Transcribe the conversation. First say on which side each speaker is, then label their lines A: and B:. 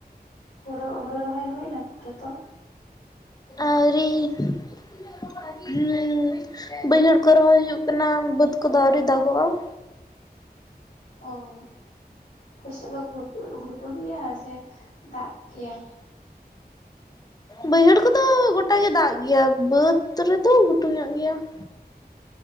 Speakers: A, on the left (about 80°); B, on the left (about 25°).
A: ᱦᱳᱲᱳ ᱦᱳᱲᱳ ᱨᱚᱦᱚᱭ ᱦᱩᱭ ᱮᱱᱟ ᱡᱷᱚᱛᱚ?
B: ᱟᱹᱣᱨᱤᱻ <inaudible> ᱦᱩᱸ ᱵᱟᱹᱭᱦᱟᱹᱲ ᱠᱚ ᱨᱚᱦᱚᱭ ᱦᱩᱭᱩᱜ ᱠᱟᱱᱟ ᱵᱟᱹᱫᱽ ᱠᱚᱫᱚ ᱟᱹᱣᱨᱤ ᱫᱟᱜᱚᱜ-ᱟ ᱾
A: ᱚᱻ ᱟᱯᱮ ᱥᱮᱫ ᱫᱚ ᱜᱷᱩᱴᱩ ᱜᱷᱩᱴᱩ ᱜᱮᱭᱟ ᱥᱮ ᱫᱟᱜ ᱜᱮᱭᱟ?
B: ᱵᱟᱹᱭᱦᱟᱹᱲ ᱠᱚᱫᱚ ᱜᱚᱴᱟ ᱜᱮ ᱫᱟᱜ ᱜᱮᱭᱟ ᱵᱟᱹᱫᱽ ᱨᱮᱫᱚ ᱜᱷᱩᱴᱩ ᱧᱚᱜ ᱜᱮᱭᱟ ᱾